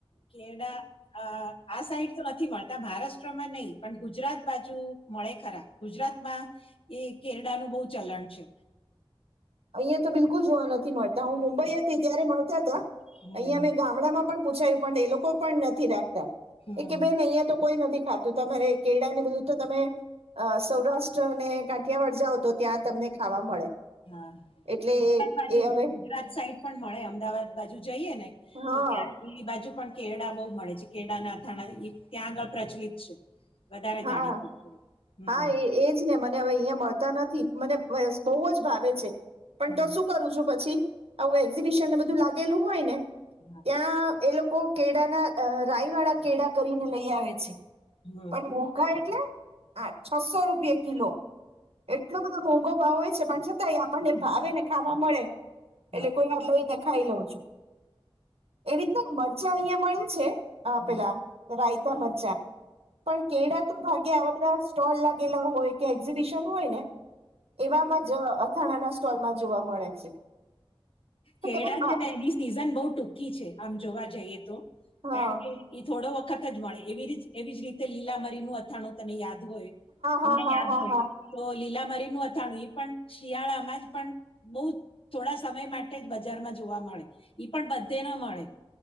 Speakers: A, on the left (about 65°); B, on the right (about 85°).
A: કેડા અ આ સાઈડ તો નથી મળતા મહારાષ્ટ્રમાં નહીં પણ ગુજરાત બાજુ મળે ખરા ગુજરાતમાં એ કેરડાનું બહુ ચલણ છે.
B: અહિયાયા તો બિલકુલ જોવ નથ થી મળતા હું મુંબઈ હતી ત્યારે મળતા હતા
A: હમ,
B: અહીંયા અમે ગામડામાં પણ પૂછાયું પણ એ લોકો પણ નથી રાખ તા.
A: હમ,
B: એક કે બે નહી એ તો કોઈ નથી ખાતું તમારે કેળા ને બધું તો તમે અ સૌરાષ્ટ્રને કાઠિયાવાળ જાવ તો ત્યાં તમને ખાવા મળે.
A: હા
B: એટલે એ
A: બાર બાજુ
B: એ હવે
A: ગુજરાત સાઈડ પણ મળે અમદાવાદ બાજુ જઈએ ને
B: હા
A: તો ત્યાં એ બાજુ પણ કેડા બહુ મળે છે કેડાના થાણા ત્યાં આગળ પ્રચલિત છે. વધારે
B: હા
A: જાણીતું
B: હા
A: છે હમ
B: હા એ એ એજ ને મને હવે અહિયા મળતા નથી. મને બહુ જ ભાવે છે. પણ
A: હમ
B: તો શું કરું છું પછી. આવું એક્ઝિબિશન ને બધું લાગેલું હોય ને
A: હા,
B: ત્યાં એ લોકો લોકો કેડા ના રાય વાળા કેડા કરીને લઈ આવે છે.
A: હમ
B: પણ બખા એટલે હા છસો રૂપિ કિલો એટલો બધો મોંઘો ભાવ હોય છે પણ છતાંય આપણને ભાવે ને ખાવા મળે.
A: હા,
B: એટલે કોઈ વાત ખાઈ લઉ છો. એવીતે મળ <unintelligible> અહિયાં મળ્યું છે હ
A: હમ
B: પેલા રાયતા મજ્જા પણ કેળ તો ભાગે આ બધા સ્ટોલ લાગેલા હોય કે એક્ઝિબિશન હોય ને એવામાં જ અથાણાના સ્ટોલમાં જોવા મળે છે.
A: કેડા
B: તો તમે
A: છે ને એની સિઝન બહ ટૂંકી છે આમ જોવા જઈએ તો.
B: મા હા
A: કારણ કે થોડો વખત જ મળે એવી એવી જ રીતે લીલામરીનું અથાણું તને યાદ હોય તમને
B: હા હા હા
A: યાદ
B: હા
A: હોય
B: હા
A: તો લીલામરીનું અથાણું પણ શિયાળામાં જ પણ બહ થોડા સમય માટે જ બજારમાં જોવા મળે ઈ પણ બધે ના મળે.